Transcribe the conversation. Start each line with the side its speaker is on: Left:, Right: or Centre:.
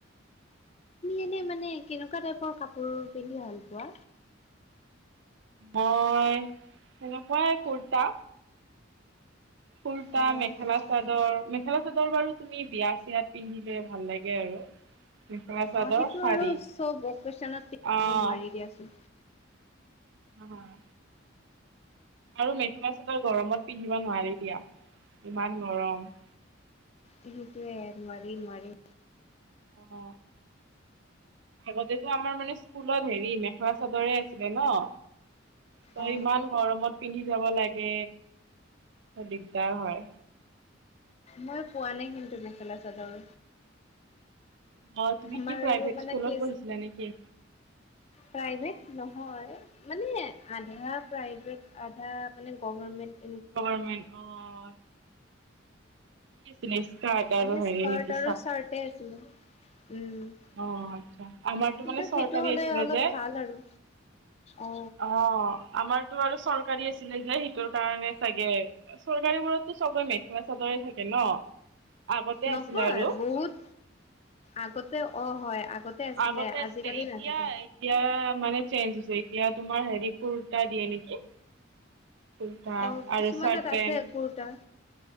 Left: তুমি মানে কেনেকুৱা টাইপৰ কাপোৰ পিন্ধি ভাল পোৱা?
Right: মই তেনেকুৱাই কুৰ্তা। কুুৰ্তা,
Left: অ',
Right: মেখেলা-চাদৰ,
Left: আচ্ছা
Right: মেখেলা-চাদৰ বাৰু তুমি বিয়া-চিয়াত পিন্ধিলে ভাল লাগে আৰু। মেখেলা-চাদৰ,
Left: অ', সেইটো
Right: শাৰী
Left: আৰু চব অকেচনত পিন্ধিব
Right: অহ।
Left: নোৱাৰি দিয়াচোন।
Right: নহয়। আৰু মেখেলা চাদৰ গৰমত পিন্ধিব নোৱাৰি দিয়া ইমান গৰম।
Left: সেইটোয়ে নোৱাৰি-নোৱাৰি।
Right: অহ। আগতেতো আমাৰ মানে স্কুলত হেৰি মেখেলা চাদৰে আছিলে ন'। ত'
Left: অ
Right: ইমান গৰমত পিন্ধি যাব লাগে, দিগদাৰ হয়।
Left: মই পোৱা নাই কিন্তু মেখেলা চাদৰ।
Right: অহ, তুমি
Left: আমাৰ
Right: কি প্ৰাইভেট
Left: আৰু মানে
Right: স্কুলত
Left: কি
Right: পঢ়িছিলা নেকি?
Left: প্ৰাইভেট নহয়। মানে আধা প্ৰাইভেট, আধা মানে গভৰমেণ্ট।
Right: গভৰমেণ্ট অহ। কি আছিলে স্কাৰ্ট?
Left: মানে
Right: আৰু হেৰি
Left: স্কাৰ্ট
Right: নেকি
Left: আৰু চাৰ্ট আছিলে উম।
Right: অহ, আচ্ছা। আমাৰতো
Left: কিন্তু
Right: মানে চৰকাৰী
Left: সেইটো হ'লে
Right: আছিলে
Left: অলপ
Right: যে।
Left: ভাল আৰু অ
Right: অহ, আমাৰতো আৰু চৰকাৰী আছিলে যে সেইটোৰ কাৰণে চাগে। চৰকাৰীবোৰতো চবে মেখেলা চাদৰে থাকে ন'। আগতে
Left: নহয়
Right: আছিলে আৰু
Left: বহুত, আগতে অহ' হয় আগতে আগতে আছিলে
Right: আগতে
Left: আজিকালি
Right: এতিয়া
Left: নাথাকে।
Right: এতিয়া মানে চেঞ্জ হৈছে, এতিয়া তোমাৰ হেৰি কুৰ্তা দিয়ে নেকি। কুৰ্তা
Left: অহ,
Right: আৰু
Left: কিছুমানত
Right: চাৰ্ট পেন্ট
Left: আছে কুৰ্তা,